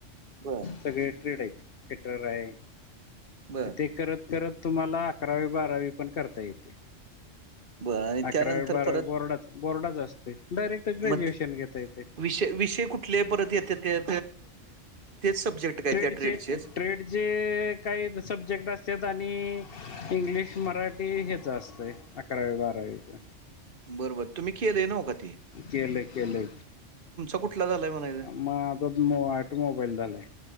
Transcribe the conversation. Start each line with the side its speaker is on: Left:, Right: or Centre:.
Right: बरं
Left: सगळे ट्रेड आहेत फिटर आहे
Right: बरं,
Left: ते करत तर तुम्हाला अकरावी बारावी पण करता येते
Right: बरं आणि
Left: अकरावी
Right: त्यानंतर
Left: बारावी
Right: परत
Left: बोर्ड बोर्डाच असते डायरेक्ट ग्रॅज्युएशन
Right: मग
Left: घेता येते
Right: विषय विषय कुठ? तले परत येत ते तेच सब्जेक्ट काय
Left: ट्रेडचे
Right: त्या ट्रेडचेच?
Left: ट्रेड. जे काही सब्जेक्ट असत आणि इंग्लिश मराठी ह्याचं असतं. अकरावी बारावीच
Right: बरोबर तुम्ही केलंय ना का तेी
Left: केले केले
Right: कुठला झालाय म्हणायचं?
Left: म आ टोमबाईल झाले.